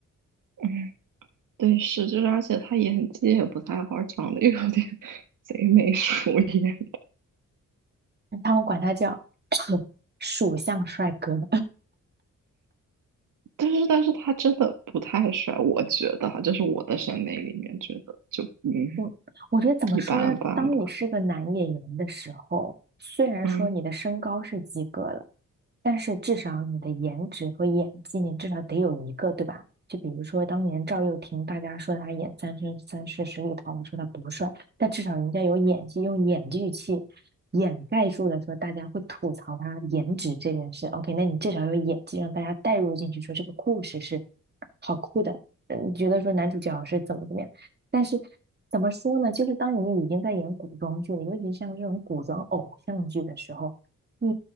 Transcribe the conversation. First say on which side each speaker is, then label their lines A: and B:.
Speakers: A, on the right (about 70°); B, on the right (about 30°).
A: 嗯，对，是就是，而且他演技也不太好，长得又有点 <laughs> 贼眉鼠眼。
B: 他们管他叫 <coughs> 属相帅哥。
A: 但是但是他真的不太帅，我觉得哈，就是我的审美里面觉得就嗯
B: 我我觉得怎么说呢？
A: 一般般吧，
B: 当你是个男演员的时候，虽然说你的身高是及格了，
A: 嗯，
B: 但是至少你的颜值和演技，你至少得有一个，对吧？就比如说当年赵又廷，大家说他演《三生三世十里桃花》说他不帅，但至少人家有演技，用演技去掩盖住了说大家会吐槽他颜值这件事。OK，那你至少有演技，让大家带入进去，说这个故事是好酷的。呃你觉得说男主角是怎么怎么样？但是怎么说呢？就是当你已经在演古装剧了，尤其像这种古装偶像剧的时候，你